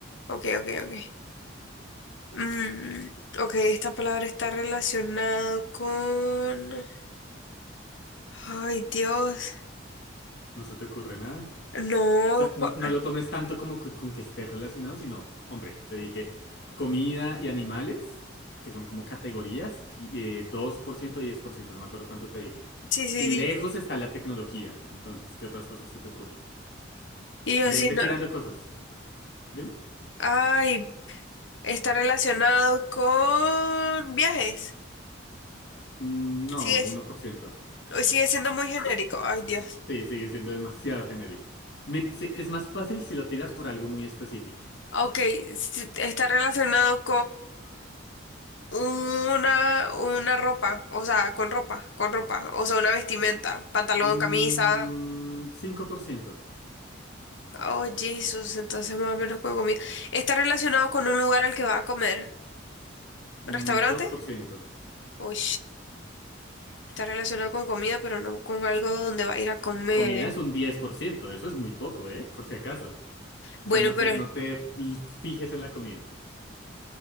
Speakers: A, on the left; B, on the left.
A: Ok, ok, ok. Mm, ok, esta palabra está relacionada con... Ay, Dios.
B: ¿No se te ocurre nada?
A: No.
B: O sea, no,
A: cu-
B: no lo tomes tanto como co- con que esté relacionado, sino, hombre, te dije comida y animales, que son como categorías, ti- eh, dos por ciento diez por ciento, no me acuerdo cuánto te dije.
A: Sí, sí,
B: Y
A: diez
B: lejos está la tecnología. Entonces, ¿qué otras cosas se te ocurren?
A: Y yo
B: Ve,
A: así
B: ve
A: no.
B: tirando cosas. Dime.
A: Ay, está relacionado con viajes.
B: Mm, No,
A: Sigue,
B: uno por ciento
A: sigue siendo muy genérico. Ay, Dios.
B: Sí, sigue siendo demasiado genérico. Mir- sí, es más fácil si lo tiras por algo muy específico.
A: Ok, sí, está relacionado Una, una ropa, o sea, con ropa, con ropa, o sea, una vestimenta, pantalón,
B: Mm,
A: camisa.
B: 5%.
A: Oh, Jesús, entonces más o menos con comida. ¿Está relacionado con un lugar al que va a comer?
B: Mm,
A: ¿Un restaurante?
B: dos por ciento
A: Uy, está relacionado con comida, pero no con algo donde va a ir a comer.
B: Comida es un 10%, eso es muy poco, ¿eh? Por si acaso. O sea,
A: Bueno,
B: no
A: pero
B: te, no te l- fijes en la comida.